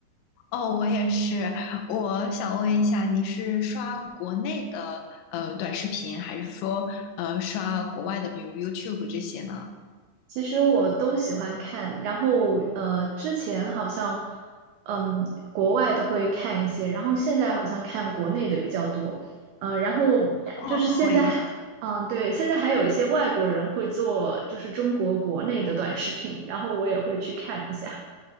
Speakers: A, on the left; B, on the right.
A: 哦，我也是。我想问一下，你是刷国内的呃短视频，还是说呃刷国外的，比如 YouTube 这些呢？
B: <laughs> 其实我都喜欢看，然后呃，之前好像，嗯，国外的会看一些，然后现在好像看国内的比较多，嗯、然后就是现在还。
A: 哦，和我一样。
B: 嗯，对，现在还有一些外国人会做，就是中国国内的短视频，然后我也会去看一下。